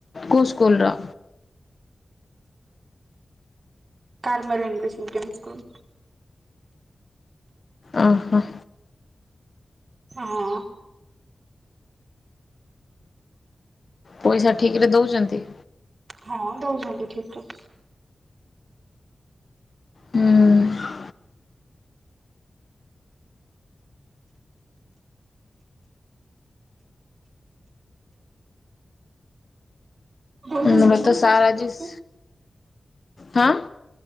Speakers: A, on the left; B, on the right.
A: କୁସ୍ କଲରା
B: କାର୍ମଲଇଙ୍ଗଵି୍ ମିଡ଼ିୟମ୍ ସ୍କୁଲ
A: ଓହୋ
B: ହଁ
A: ପଇସା ଠିକ ରେ ଦଉଛନ୍ତି
B: ହଁ ଦଉଛନ୍ତି ଠିକ୍ ରେ।
A: ହୁଁ
B: ଦଉଛନ୍ତି
A: ଉଁନ ମତେ
B: ନା
A: ସା
B: ପଇସା
A: ଆଜିସ୍,
B: ଠିକ ସେ
A: ହଁ।